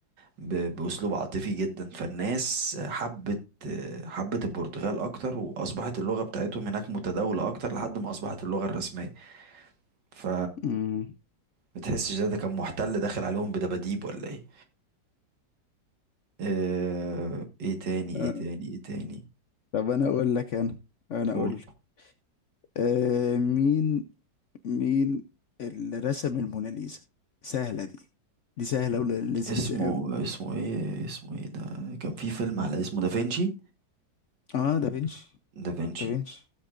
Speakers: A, on the right; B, on the left.
A: ب- بأسلوب عاطفي جدا فالناس حبت حبت البرتغال أكتر وأصبحت اللغة بتاعتهم هناك متداولة أكتر لحد ما أصبحت اللغة الرسمية ف
B: أمم.
A: بتحسش ده, ده كان محتل داخل عليهم بدباديب ولا إيه آه، إيه تاني
B: آه.
A: إيه تاني إيه تاني
B: طب أنا أقول لك أنا أنا
A: قول.
B: أقول لك آه مين مين اللي رسم الموناليزا سهلة دي دي سهلة ولذيذة
A: اسمه
B: قوي
A: اسمه إيه اسمه إيه ده كان في فيلم على اسمه دافنشي
B: اه دافنشي
A: دافنشي
B: دافنشي